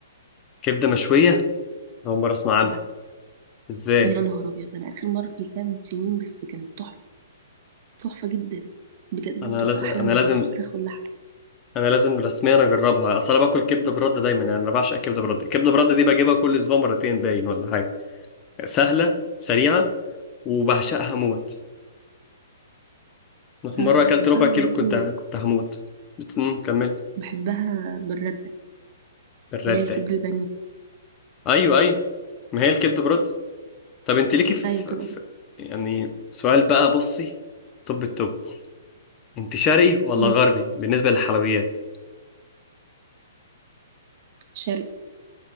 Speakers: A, on the left (about 25°); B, on the right (about 40°).
A: كبدة مشوية أول مرة أسمع عنها
B: اه
A: إزاي
B: يا نهار ابيض ده انا اخر مره اكلتها من سنين بس كانت تحفه تحفه جدا بجد
A: أنا
B: بتبقى
A: لازم
B: احلى
A: أنا
B: من
A: لازم
B: الفراخ واللحم
A: أنا لازم رسميا أجربها أصل أنا باكل كبدة برده دايما يعني أنا بعشق الكبدة برده الكبدة برده دي بجيبها كل أسبوع مرتين باين ولا حاجة سهلة سريعة وبعشقها موت مرة
B: انا
A: أكلت
B: بحبها
A: ربع كيلو
B: برضو
A: كنت كنت هموت بت- مم، كمل
B: بحبها بالرده
A: الرد
B: اللي هي الكبده
A: ده
B: البانيه
A: أيوه أيوه ما هي الكبدة برده طب انت ليكي في,
B: ايوه بتبقى
A: في يعني سؤال بقى بصي طب التوب انت شرقي ولا
B: مم.
A: غربي بالنسبة للحلويات
B: شرقي